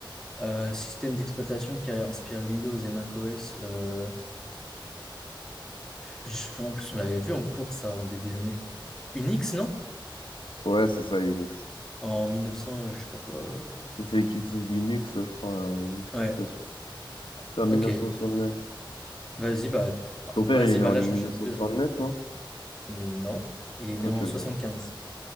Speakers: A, in the centre; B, on the left (about 80°).
A: Euh, système d'exploitation qui a inspiré Windows et macOS. euh, je- En plus, on l'avait vu en cours, ça, en début d'année. Unix, non?
B: Ouais, c'est ça, Unix.
A: En 1900, euh, je sais pas quoi.
B: C'est celui qui utilise Linux, je crois, euh, Unix,
A: euh.
B: je
A: Ouais,
B: suis pas sûr. C'est en
A: ok.
B: 1969.
A: Vas-y, bah,
B: Ton père,
A: vas-y,
B: il est né
A: bah,
B: en
A: là,
B: 1969,
A: j'enchaîne deux, là.
B: non?
A: Non, il est né
B: Ok,
A: en
B: ok,
A: 75.